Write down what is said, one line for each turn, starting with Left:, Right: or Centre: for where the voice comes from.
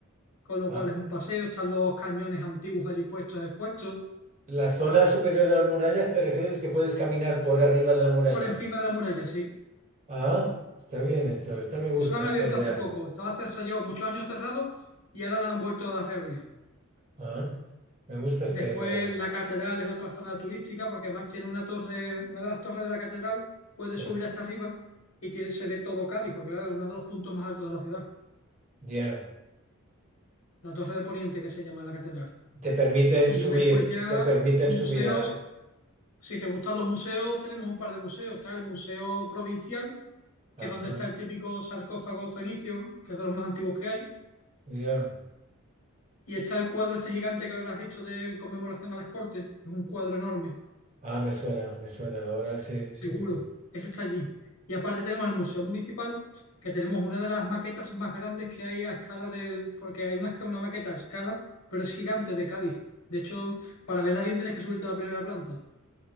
Left: con lo
Right: ah,
Left: cual es un paseo. Están los cañones antiguos allí puestos, expuestos.
Right: la zona superior de las murallas, ¿te refieres que puedes caminar por arriba de la muralla?
Left: Por encima de la muralla, sí.
Right: Ah, está bien esto, esta me gusta,
Left: Eso lo han
Right: esta
Left: abierto
Right: idea.
Left: hace poco. Estaba cerrado llevado muchos años cerrado y ahora lo han vuelto a reabrir.
Right: Ah, me gusta esta
Left: Después
Right: idea.
Left: la catedral es otra zona turística porque además tiene una torre, una de las torres de la catedral, puede
Right: Sí,
Left: subir hasta arriba y tiene, se ve todo Cádiz porque claro, es uno de los puntos más altos de la ciudad.
Right: ya.
Left: La torre de Poniente que se llama la catedral.
Right: Te permiten
Left: Y ya
Right: subir,
Left: después ya
Right: te permiten
Left: museos,
Right: subir a...
Left: si te gustan los museos, tenemos un par de museos. Está el Museo Provincial,
Right: Ajá,
Left: que es donde está el típico sarcófago fenicio, que es de los más antiguos que hay
Right: ya.
Left: Y está el cuadro este gigante que lo has visto de en conmemoración a las Cortes, que es un cuadro enorme,
Right: Ah, me suena, me suena. Ahora sí,
Left: seguro.
Right: sí, sí.
Left: Ese está allí. Y aparte tenemos el Museo Municipal, que tenemos una de las maquetas más grandes que hay a escala del porque hay una, una maqueta a escala, pero es gigante de Cádiz. De hecho, para verla bien tienes que subirte a la primera planta,